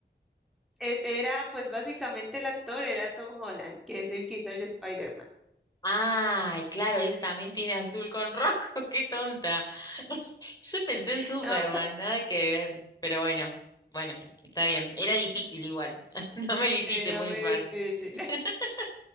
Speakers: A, in the centre; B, on the left.
A: es- era pues básicamente el actor, era Tom Holland, que es el que hizo el de Spider-Man.
B: Ay, claro, él también tiene azul con rojo, <laughs> qué tonta. <laughs> Yo pensé
A: <laughs>
B: en Superman,
A: No,
B: nada que ver. Pero bueno, bueno, está bien. Era difícil igual. <laughs> No me lo hiciste
A: era
B: muy
A: muy
B: fácil.
A: difícil.
B: <laughs>